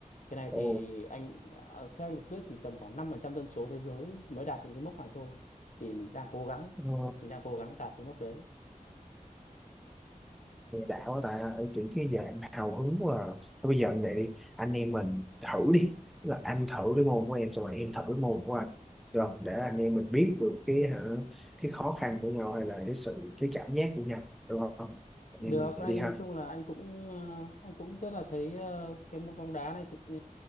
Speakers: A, on the left; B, in the centre.
A: cái này
B: Ồ,
A: thì anh à, theo anh được biết thì tầm khoảng 5% dân số thế giới mới đạt được cái mốc này thôi thì mình đang cố gắng
B: ờ,
A: mình đang cố gắng đạt cái mốc đấy
B: Nghe đã quá ta chỉ cái giờ em hào hứng quá à. Thôi bây giờ như vậy đi anh em mình thử đi Tức là anh thử cái môn của em xong rồi em thử cái môn của anh rồi để anh em mình biết được cái hả, cái khó khăn của nhau hay là cái sự cái cảm giác của nhau được không anh
A: Được
B: em mình vậy
A: anh
B: đi ha
A: nói chung là anh cũng ờ, anh cũng rất là thấy ờ, cái môn bóng đá này thực, ờ,